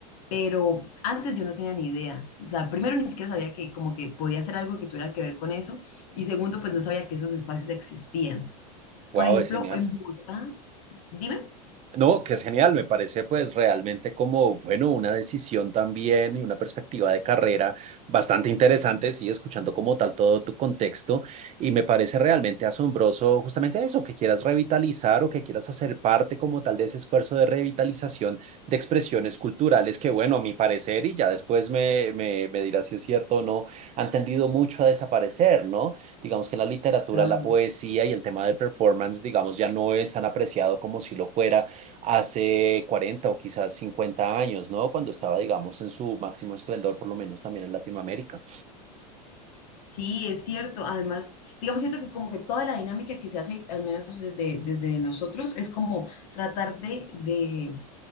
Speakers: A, on the left; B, on the right.
A: pero antes yo no tenía ni idea. O sea, primero ni siquiera sabía que como que podía hacer algo que tuviera que ver con eso y segundo pues no sabía que esos espacios existían. Por
B: Wow,
A: ejemplo,
B: es genial.
A: en Bogotá, dime.
B: No, que es genial, me parece pues realmente como, bueno, una decisión también y una perspectiva de carrera bastante interesante, sí, escuchando como tal todo tu contexto y me parece realmente asombroso justamente eso, que quieras revitalizar o que quieras hacer parte como tal de ese esfuerzo de revitalización de expresiones culturales que, bueno, a mi parecer, y ya después me, me, me dirás si es cierto o no, han tendido mucho a desaparecer, ¿no? Digamos que en la literatura,
A: Claro.
B: la poesía y el tema del performance, digamos, ya no es tan apreciado como si lo fuera hace 40 o quizás 50 años, ¿no? Cuando estaba, digamos, en su máximo esplendor, por lo menos también en Latinoamérica.
A: Sí, es cierto. Además, digamos, siento que como que toda la dinámica que se hace, al menos desde, desde nosotros, es como tratar de, de